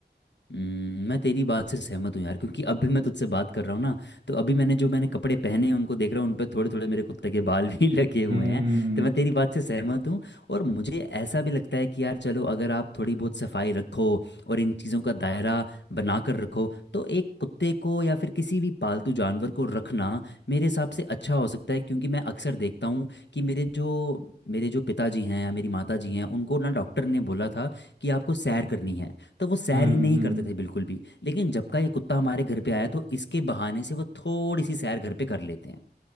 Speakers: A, on the left; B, on the right.
A: हम्म, मैं तेरी बात से सहमत हूँ यार क्योंकि अभी मैं तुझसे बात कर रहा हूँ ना तो अभी मैंने जो मैंने कपड़े पहने हैं उनको देख रहा हूँ उन पर थोड़े थोड़े मेरे कुत्ते के बाल भी <laughs> लगे हुए
B: हम्म
A: हैं तो मैं तेरी बात से सहमत हूँ और मुझे ऐसा भी लगता है कि यार चलो अगर आप थोड़ी बहुत सफाई रखो और इन चीज़ों का दायरा बना कर रखो तो एक कुत्ते को या फिर किसी भी पालतू जानवर को रखना मेरे हिसाब से अच्छा हो सकता है क्योंकि मैं अक्सर देखता हूँ कि मेरे जो मेरे जो पिताजी हैं या मेरी माता जी हैं उनको ना डॉक्टर ने बोला था कि आपको सैर करनी है तो वो सैर
B: हम्म
A: ही नहीं
B: हम्म
A: करते थे बिल्कुल भी लेकिन जब का ये कुत्ता हमारे घर पे आया तो इसके बहाने से वो थोड़ी सी सैर घर पे कर लेते हैं